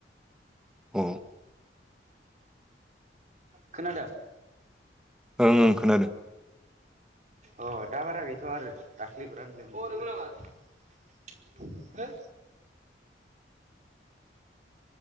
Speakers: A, in the centre; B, on the right (about 40°).
A: अ
B: खोनादों
A: ओं ओं खोनादों
B: अ दा बारा गैथ'आ आरो दाखलि बिराद लोम अ नंगौ नामा हो